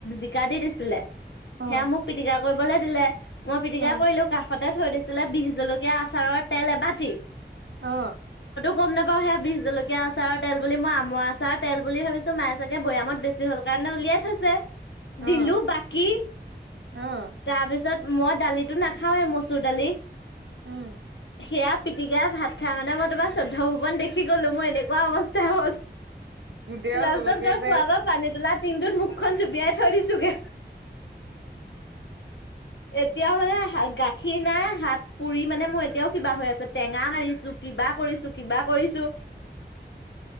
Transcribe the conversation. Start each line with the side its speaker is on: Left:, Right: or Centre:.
Left: জিকা দি দিছিল ছিলে সেয়া
Right: অ',
Left: মোক পিটকা কৰিবলৈ দিলে মই পিটকা
Right: অ',
Left: কৰিলো কাষতে থৈ দিছিলো। ছিলে বি জলকীয়া আচাৰৰ তেল এবাটি
Right: অঁ
Left: গম নাপাও সেয়া বি জলকীয়া আচাৰত তেল বুলি মই আমৰ আচাৰ তেল বুলি ভাবিছো। মায়ে চাগে বৈয়ামত বেছি হল কাৰণে উলিয়াই থৈছে। দিলো
Right: অ',
Left: বাকী
Right: অ',
Left: তাৰপিছত মই দালিটো নাখাওৱে মচুৰ দালি
Right: উম,
Left: সেয়া পিটিকাই ভাত খাই মানে মই তোমাৰ চৈধ্য ভৱন দেখি গলো মই এনেকুৱা অৱস্থা লাষ্টত
Right: গোটেই আৰু জলকীয়া
Left: গৈ
Right: তেল
Left: খোৱা পানী তাত টিংটোত মুখখন জুপিয়াই থৈ দিছোগে এতিয়া হলে গাখীৰ নাই হাত পুৰি মানে মোৰ এতিয়াও কিবা হৈ আছে টেঙা মাৰিছো কিবা কৰিছো, কিবা কৰিছো।